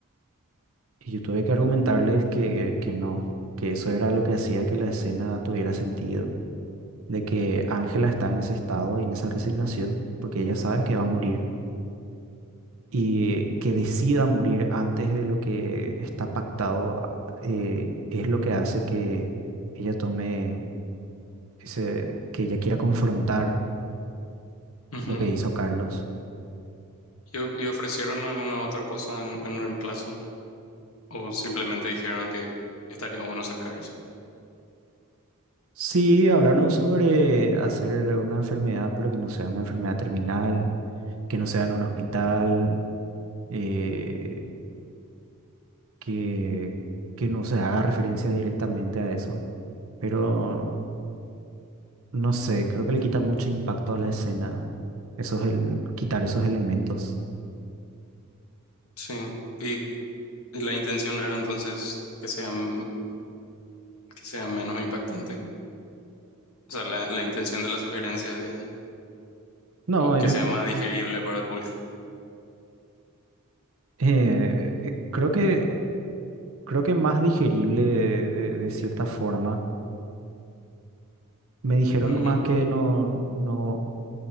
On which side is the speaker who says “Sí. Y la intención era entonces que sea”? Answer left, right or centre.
Left